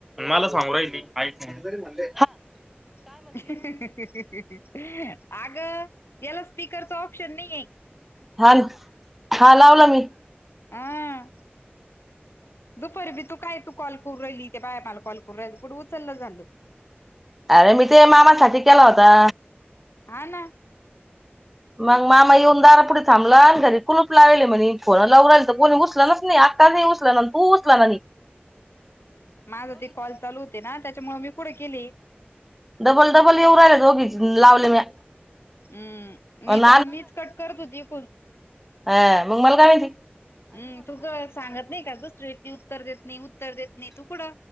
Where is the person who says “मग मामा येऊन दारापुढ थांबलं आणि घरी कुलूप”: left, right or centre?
Centre